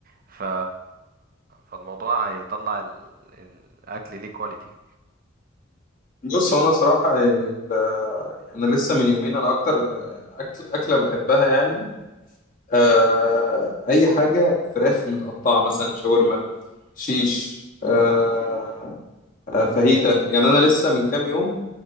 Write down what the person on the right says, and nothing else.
ف فالموضوع هيطلع ال... الاكل ليه كواليتي